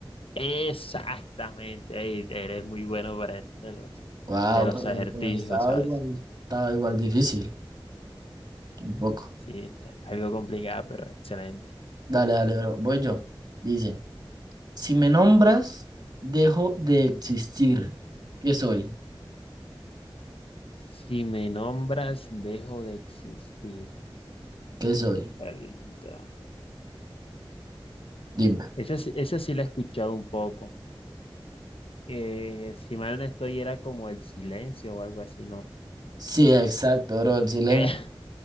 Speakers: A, on the left (about 80°); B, on the right (about 50°).
A: Exactamente, ey, eres muy bueno para esto de los,
B: Wow,
A: de los
B: pero,
A: acertijos,
B: pero estaba
A: ¿sabes?
B: igual, estaba igual difícil, un poco.
A: Sí, está algo complicado, pero excelente.
B: Dale, dale, bro. Voy yo. Dice, si me nombras, dejo de existir. ¿Qué soy?
A: Si me nombras, dejo de existir.
B: ¿Qué soy?
A: Verdad.
B: Dime.
A: Esa, sí- esa sí la he escuchado un poco. Eh, si mal no estoy, era como el silencio o algo así, ¿no?
B: Sí, exacto, bro. El silencio.
A: <laughs> Eh,